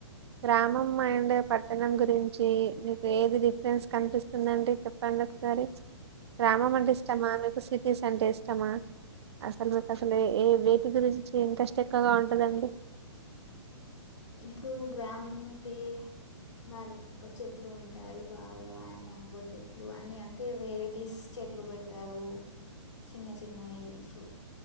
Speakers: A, on the right; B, on the left.
A: గ్రామం అండ్ పట్టణం గురించి మీకు ఏది డిఫ్ డిఫ్రెండ్స్ కనిపిస్తుందండి చెప్పండి ఒకసారి గ్రామం అంటే ఇష్టామా మీకు సిటీస్ అంటే ఇష్ టమా అసలు మీకు అసలు ఏ వేటి గురించి ఇంట్రెస్ట్ ఎక్కువగా ఉంటదండి
B: ఇప్పుడు గ్రామమ్ ఉంటే వాళ్ళ చెట్లు ఉంటాయి బాగా ఆ మ్యాంగో చెట్లు అన్ని అంటే వెరైటీస్ చె ట్లు పెడతారు చిన్న చిన్నవి ప్రు